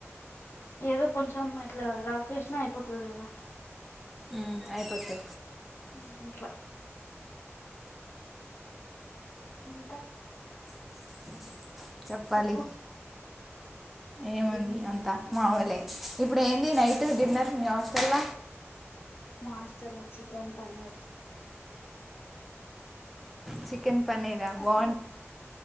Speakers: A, on the left (about 55°); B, in the centre.
A: ఏదో కొంచెం అట్లా రాసేసిన అయిపోతది కదా
B: ఊ అయ్ పోతది
A: <inaudible> ఇంకా
B: <inaudible> చెప్పాలి
A: చెప్పు
B: ఏముంది
A: ఇక నువ్వే
B: అంతా
A: చెప్పు.
B: మామూలె ఇప్పుడు ఏంది నైటు
A: ఈరోజు
B: డిన్నర్ మీ హాస్టల్ల
A: మా హస్టల్లొ చికెన్ పన్నీర్
B: చికెన్ పనీరా బా